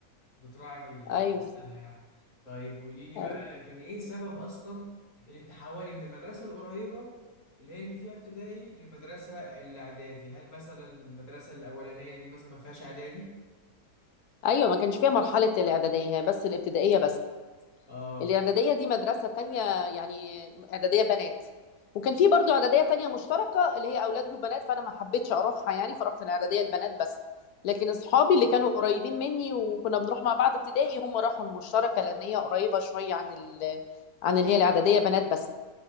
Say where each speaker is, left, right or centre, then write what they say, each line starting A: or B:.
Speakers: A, on the left (about 60°); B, on the left (about 80°).
A: وبتراعي
B: ايوه
A: نفسها يعني طيب قولي لي
B: ايوه
A: بقى كان ايه سبب اصلا انك تحولي من المدرسة القريبة اللي هي اللي فيها ابتدائي للمدرسة الاعدادي هل مثلا المدرسة الاولانية دي مثلا ما فيهاش اعدادي
B: أيوة، ما كانش فيها مرحلة الاعدادية هي بس الابتدائية بس
A: اه
B: الإعدادية دي مدرسة تانية يعني إعدادية بنات وكان في برضو إعدادية تانية مشتركة اللي هي أولاد وبنات فأنا ما حبيتش أروحها يعني فرحت الإعدادية البنات بس لكن أصحابي اللي كانوا قريبين مني وكنا بنروح مع بعض ابتدائي هم راحوا المشتركة لأن هي قريبة شوية عن ال... عن اللي هي الإعدادية بنات بس